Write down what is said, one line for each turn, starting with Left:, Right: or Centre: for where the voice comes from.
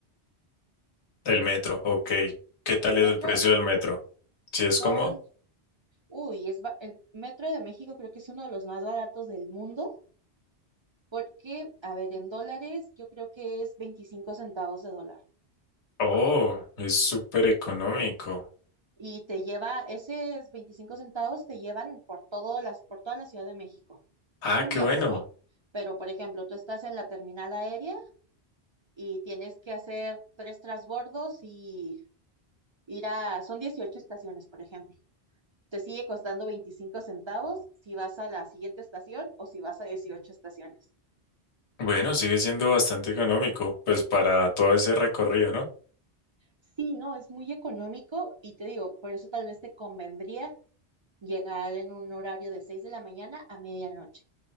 Left: El metro, ok. ¿Qué tal
Right: El metro
Left: es el precio del metro? ¿Sí
Right: son,
Left: es cómodo?
Right: uy, es ba- el metro de México creo que es uno de los más baratos del mundo Porque, a ver, en dólares yo creo que es 25 centavos de dólar.
Left: Oh, es súper económico.
Right: Y te lleva, esos 25 centavos te llevan por todo las, por toda la Ciudad de México.
Left: Ah,
Right: Un
Left: qué
Right: viaje,
Left: bueno.
Right: ¿no? Pero, por ejemplo, tú estás en la terminal aérea y tienes que hacer tres transbordos y ir a, son 18 estaciones, por ejemplo. Te sigue costando 25 centavos si vas a la siguiente estación o si vas a 18 estaciones.
Left: Bueno, sigue siendo bastante económico, pues para todo ese recorrido, ¿no?
Right: Sí, no, es muy económico y te digo, por eso tal vez te convendría llegar en un horario de 6 de la mañana a medianoche.